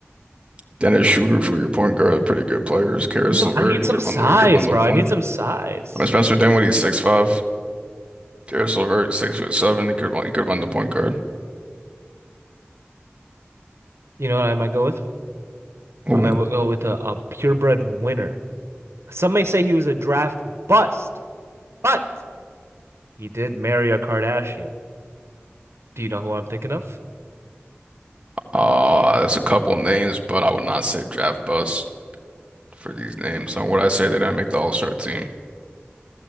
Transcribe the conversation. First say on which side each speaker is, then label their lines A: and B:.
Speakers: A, on the right; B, on the right.
A: Dennis Schroeder for your point guard are pretty good players. Karis
B: I need
A: LeVert,
B: I need
A: you
B: some
A: could
B: size,
A: run the you could run the
B: bro.
A: one.
B: I need some size.
A: I mean, Spencer Dinwiddie six five. Karis LeVert six foot seven. He could run he could run the point guard.
B: You know what I might go with?
A: Ooh.
B: I might go with a, a purebred winner. Some may say he was a draft bust, but He did marry a Kardashian. Do you know who I'm thinking of?
A: Uh that's a couple names, but I would not say draft bust for these names. And would I say they didn't make the All-Star team?